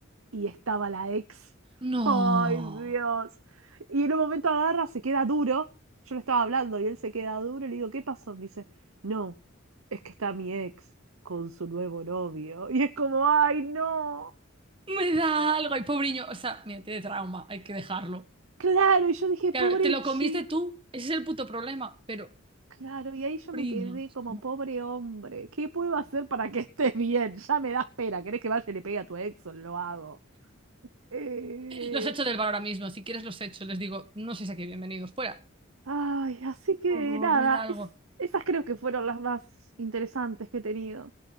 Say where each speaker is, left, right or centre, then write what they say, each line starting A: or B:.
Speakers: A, on the right; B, on the right.
A: y estaba la ex.
B: No.
A: ¡Ay, Dios! Y en un momento agarra, se queda duro. Yo le estaba hablando y él se queda duro. Y le digo, ¿qué pasó? Me dice, no, es que está mi ex con su nuevo novio. Y es como, ¡ay, no!
B: Me da algo, ay, pobriño. O sea, mira, tiene trauma, hay que dejarlo.
A: Claro, y yo dije,
B: Claro,
A: pobre
B: te lo
A: chico,
B: comiste tú, ese es el puto problema, pero,
A: claro, y ahí yo
B: pobriño,
A: me quedé
B: es
A: como
B: como...
A: pobre hombre, ¿qué puedo hacer para que estés bien? Ya me das pena, ¿querés que vaya y le pegue a tu ex? Lo hago. Eh,
B: Los echo del bar ahora mismo, si quieres los echo, les digo, no sé si aquí bienvenidos, fuera.
A: Ay, así que
B: Por favor,
A: nada,
B: me da algo.
A: es- esas creo que fueron las más interesantes que he tenido.